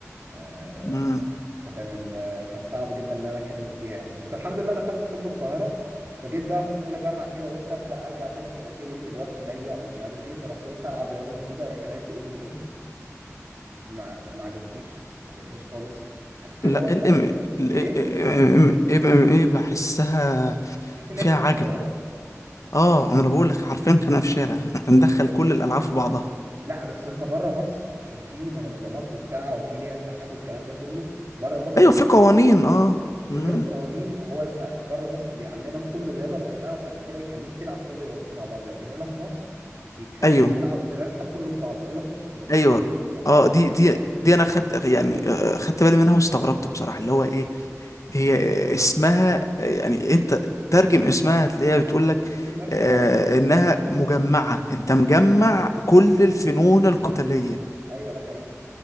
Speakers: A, on the right; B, on the left.
A: آه،
B: مم.
A: فكان ال... كان صعب جدا ان انا اكمل فيها يعني بس الحمد لله دخلت طب القاهره فجيت بقى في اولى جامعه كده قلت ابدا ارجع تاني كاراتيه لقيت الوقت ضيق ومش عارف ايه فرحت قلت العب رياضه جديده رحت لعبت ام ام ايه ما ما عجبتنيش ما عجبتنيش خالص حسيت اللي
B: لا
A: هو انت
B: ال ام
A: بقى
B: ال
A: ايه
B: ام ام ايه بحسها
A: تحس ان
B: فيها
A: احنا
B: عجل
A: في الشارع
B: اه انا بقول لك حرفيا خناقه في الشارع احنا بندخل
A: أيوة.
B: كل الالعاب في بعضها
A: لا بس انت بره مصر عشان في منظمات وبتاع وفي ليها اتحاد والكلام ده كله بره مصر
B: ايوه في قوانين
A: لا
B: اه
A: بغير
B: مم.
A: القوانين هو انت بره مصر بيعلمك كل رياضه لوحدها وبعد كده يخليك تلعب كل الرياضات مع بعض لكن هنا في مصر بيخليك
B: ايوه
A: تلعب تدخل كله في بعضه يقول لك خش اضرب
B: ايوه
A: وقعه
B: اه دي دي دي انا خدت يعني آه، خدت بالي منها واستغربت بصراحه اللي هو ايه هي اسمها يعني انت ترجم اسمها هتلاقيها بتقول لك
A: ميكس المارشال
B: آه،
A: ارتست
B: انها مجمعة انت مجمع
A: ايوه
B: كل الفنون القتالية
A: ايوه ده حقيقي